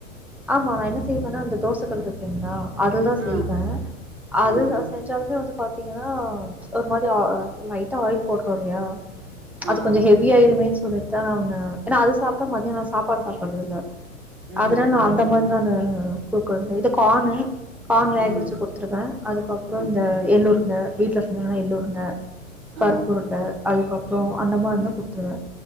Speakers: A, in the centre; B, on the right.
A: ஆமா நா என்ன செய்வேனா அந்த தோச கல் ருக்குங்ளா அதுலதா
B: ஆ
A: செய்வே அது
B: ஆ
A: நா
B: ஆ
A: செஞ்சாலுமே வந்து பாத்தீங்கன்னா ஒரு மாதி ஆஆ லைட்டா ஆயில் போட்றோல்லையா அது
B: ஆ
A: கொஞ்சோ ஹெவியாயிருமேன் சொல்லிட் தா நா உன்ன ஏனா அது சாப்ட்டா மதியோ நா சாப் சாப்பாடு சாப்பறது இல்ல
B: ம்
A: அதனால நா அந்த மாரி தா ந்த குடுக்குறது இல்ல இது கானு கான் வேக
B: ம்
A: வச்சு குடுத்ருவே அதுக்கப்புறோ
B: ம்
A: இந்த எள்ளுருண்ட வீட்ல செஞ்சாங்கன்னா எள்ளுருண்ட
B: ஆ
A: பருப்புருண்ட அதுக்கப்புறோ அந்த மார்ருந்தா குத்துருவே